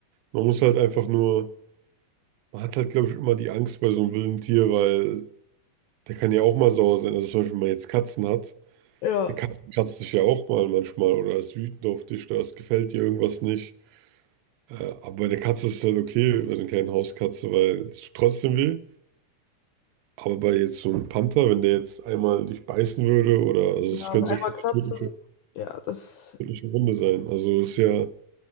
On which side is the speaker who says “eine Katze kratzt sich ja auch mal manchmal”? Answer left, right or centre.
Right